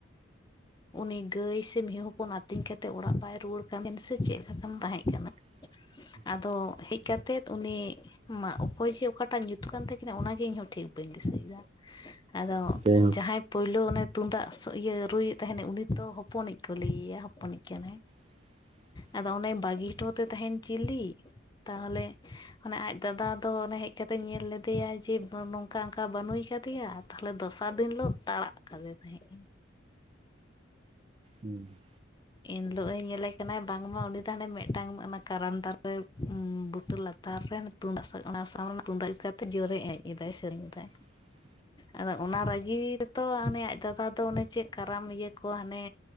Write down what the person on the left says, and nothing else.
ᱩᱱᱤ ᱜᱟᱹᱭ ᱥᱮ ᱢᱤᱦᱩ ᱦᱟᱯᱚᱱ ᱟᱹᱛᱤᱧ ᱠᱟᱛᱮᱫ ᱚᱲᱟᱜ ᱵᱟᱭ ᱨᱩᱣᱟᱹᱲ ᱠᱟᱱᱟ ᱥᱮ ᱪᱮᱫ ᱞᱮᱠᱟᱱ ᱛᱟᱦᱮᱸ ᱠᱟᱱᱟ
ᱟᱫᱚ ᱦᱮᱡ ᱠᱟᱛᱮᱫ᱾ ᱩᱱᱤ ᱢᱟᱜ, ᱚᱠᱚᱭ ᱪᱮ ᱚᱠᱟᱴᱟᱜ ᱧᱩ ᱠᱟᱱ ᱛᱟᱹᱠᱤᱱᱟ ᱚᱱᱟᱜᱮ ᱤᱧᱦᱚᱸ ᱴᱷᱤᱠ ᱵᱟᱹᱧ ᱫᱤᱥᱟᱹᱭᱮᱫᱟ ᱟᱫᱚ
ᱡᱟᱦᱟᱸᱭ ᱯᱳᱭᱞᱳ ᱚᱱᱮ ᱛᱩᱢᱫᱟᱜ ᱤᱭᱟᱹ ᱨᱩᱭᱮᱫ ᱛᱟᱦᱮᱱ ᱩᱱᱤ ᱫᱚ ᱦᱚᱯᱚᱱᱤᱡ ᱠᱚ ᱞᱟᱹᱭᱮᱭᱟ ᱦᱚᱯᱚᱱᱤᱡ ᱠᱟᱱᱟᱭ᱾
ᱟᱫᱚ ᱚᱱᱮ ᱵᱟᱹᱜᱤ ᱦᱚᱴᱚ ᱛᱮ ᱛᱟᱦᱮᱱ ᱪᱤᱞᱤ ᱛᱟᱦᱚᱞᱮ! ᱚᱱᱮ ᱟᱡ ᱫᱟᱫᱟ ᱫᱚ ᱮ ᱦᱮᱡ ᱠᱟᱛᱮ ᱧᱮᱞ ᱞᱮᱫᱮᱭᱟ ᱡᱮ ᱱᱚᱝᱠᱟ ᱚᱱᱠᱟ ᱵᱟᱱᱩᱭ ᱠᱟᱫᱮᱭᱟ᱾ ᱛᱟᱦᱚᱞᱮ ᱫᱚᱥᱟᱨ ᱫᱤᱱ ᱦᱤᱞᱳᱜ ᱛᱟᱸᱲᱟᱜ ᱠᱟᱫᱮ ᱛᱟᱦᱮᱸᱫ᱾
ᱮᱱᱦᱤᱞᱳᱜ ᱧᱮᱞᱮ ᱠᱟᱱᱟ ᱵᱟᱝᱢᱟ ᱩᱱᱤ ᱛᱚᱞᱮ ᱢᱤᱫᱴᱟᱝ ᱚᱱᱟ ᱠᱟᱨᱟᱢ ᱫᱟᱨᱮ ᱾ ᱵᱩᱴᱟᱹ ᱞᱟᱛᱟᱨ ᱨᱮ ᱛᱩᱢᱫᱟᱜ ᱚᱱᱟ ᱥᱟᱠᱟᱢ ᱛᱮ ᱛᱩᱢᱫᱟᱜ ᱡᱩᱛ ᱠᱟᱛᱮ ᱡᱳᱨᱮ ᱮᱱᱮᱡ ᱫᱟᱭ ᱥᱮᱨᱮᱧ ᱮᱫᱟᱭ᱾
ᱟᱫᱚ ᱚᱱᱟ ᱨᱟᱹᱜᱤ ᱛᱚ ᱚᱱᱮ ᱟᱡ ᱫᱟᱫᱟ ᱫᱚ ᱚᱱᱮ ᱪᱮᱫ ᱠᱟᱨᱟᱢ ᱤᱭᱟᱹ ᱠᱚ ᱦᱟᱱᱮ!